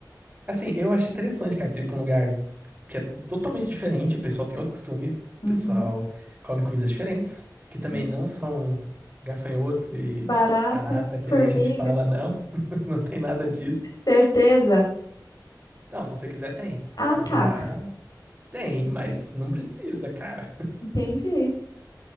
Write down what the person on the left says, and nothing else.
Uhum,
sim.
Barata,
formiga,
certeza.
Ah,
tá.
Entendi.